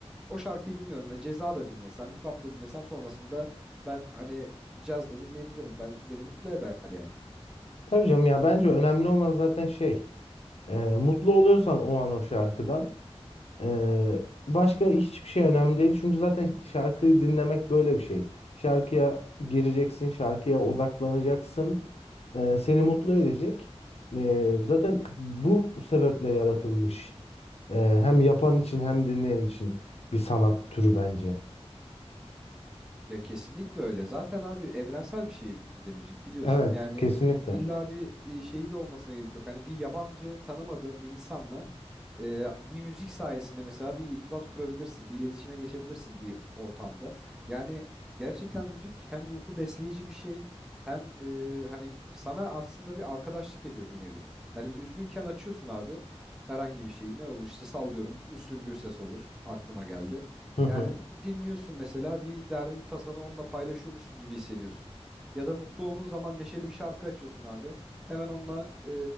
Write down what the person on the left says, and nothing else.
Tabii canım ya bence önemli olan zaten şey. Ee, mutlu oluyorsan o an o şarkıdan ee, başka hiçbir şey önemli değil. Çünkü zaten şarkıyı dinlemek böyle bir şey. Şarkıya gireceksin, şarkıya odaklanacaksın. Ee, seni mutlu edecek. Ee, zaten bu sebeple yaratılmış. Ee, hem yapan için hem dinleyen için bir sanat türü bence.
Evet,
kesinlikle.
Hı hı.